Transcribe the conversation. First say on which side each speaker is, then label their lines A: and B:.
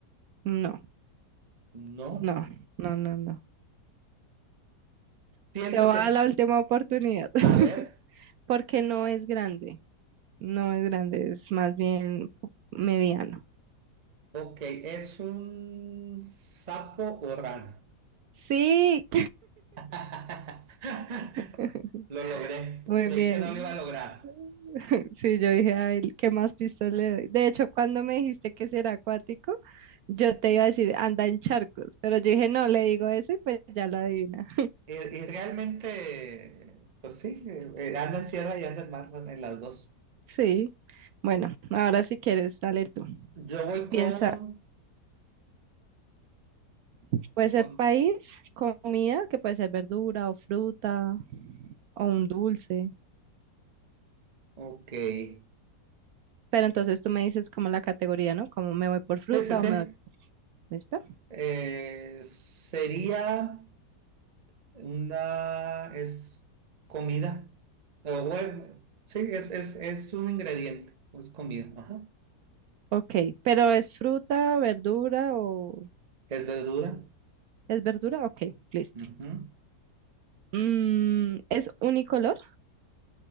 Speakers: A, on the right (about 70°); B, on the right (about 35°).
A: No,
B: No.
A: no, no, no, no.
B: Siento
A: Te voy
B: que
A: a
B: es-
A: dar la última oportunidad <laughs>
B: A ver,
A: porque no es grande. No es grande, es más bien mediano.
B: ok, ¿es un sapo o rana?
A: Sí,
B: <laughs>
A: <laughs>
B: Lo logré.
A: muy
B: Creí
A: bien.
B: que no lo iba a lograr.
A: <laughs> Sí, yo dije, ay, ¿qué más pistas le doy? De hecho, cuando me dijiste que si era acuático, yo te iba a decir, anda en charcos, pero yo dije, no, le digo eso y pues ya lo adivina. <laughs>
B: Y, y realmente, pues sí, eh, eh, anda en tierra y anda en mar, en las dos.
A: Sí, bueno, ahora si quieres, dale tú.
B: Yo voy
A: Piensa,
B: con,
A: puede ser
B: con...
A: país, comida, que puede ser verdura o fruta o un dulce,
B: Ok. Sí,
A: pero entonces tú me dices como la categoría, ¿no? Como me voy por fruta
B: sí, sí.
A: o me voy, ¿listo?
B: Eh, sería una, es comida. O, bueno, sí, es, es, es un ingrediente, o es comida. Ajá.
A: Ok, pero ¿es fruta, verdura o...
B: Es verdura.
A: ¿Es verdura? Ok, listo.
B: Ujú.
A: Mm, ¿es unicolor?